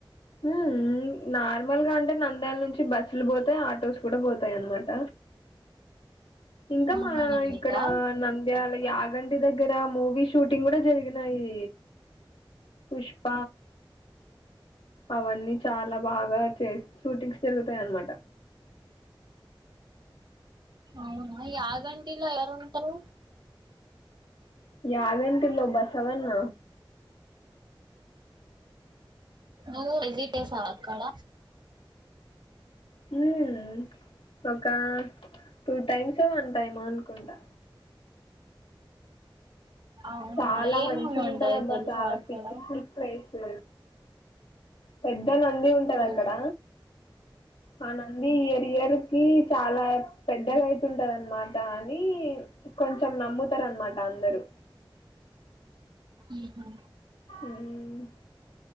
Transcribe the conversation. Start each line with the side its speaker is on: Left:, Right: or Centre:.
Left: ఉమ్ నార్మల్గా అంటే నంద్యాల నుంచి బస్సులు పోతాయ్ ఆటోస్ కూడా పోతాయనమాట ఇంకా
Right: మహానందికా
Left: మా ఇక్కడ నంద్యాల యాగంటి దగ్గర మూవీ షూటింగ్ కూడా జరిగినాయి పుష్ప అవన్నీ చాలా బాగా చేస్ షూటింగ్స్ చెల్ తాయన్నమాట
Right: అవునా యాగంటిలో ఎవరెవరు ఉంటారు
Left: యాగంటిలో బసవన్న
Right: నువ్వు విజిటేసావా అక్కడ
Left: ఉమ్ ఒక టూ టైమ్సే వన్ టైమ్ అనుకుంటా
Right: అవునా
Left: చాలా
Right: ఏమేమి
Left: మంచిగుంటదప్ప
Right: ఉంటాయి తెలుసా
Left: చాలా
Right: అక్కడ
Left: పీస్ ఫుల్ ప్లేస్ పెడ్ పెద్ద నంది ఉంటది
Right: ఓ
Left: అక్కడ ఆ నంది ఇయర్ ఇయర్ కి చాలా పెద్దగ అవుతుంది అన్నమాట అని కొంచం నమ్ముతారు అనమాట అందరూ
Right: ఉమ్ హు
Left: మ్మ్